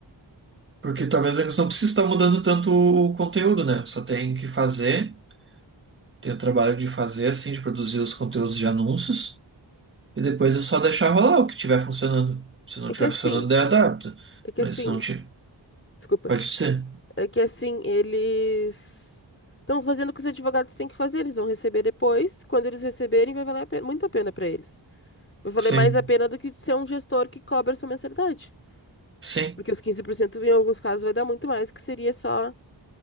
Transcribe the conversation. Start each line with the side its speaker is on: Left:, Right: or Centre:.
Right: porque talvez eles não precisem estar mudando tanto o conteúdo, né? Só tem que fazer, tem o trabalho de fazer, assim, de produzir os conteúdos de anúncios, e depois é só deixar rolar o que tiver funcionando. Se não
Left: É
Right: tiver
Left: que é assim,
Right: funcionando, daí adapta.
Left: é que
Right: Mas
Left: é assim,
Right: se não tiver,
Left: desculpa.
Right: pode ser.
Left: É que assim, eles estão fazendo o que os advogados têm que fazer, eles vão receber depois. Quando eles receberem, vai valer a pena- muito a pena para eles. Vai valer
Right: Sim,
Left: mais a pena do que ser um gestor que cobra sua mensalidade.
Right: sim.
Left: Porque os 15% em alguns casos vai dar muito mais, que seria só.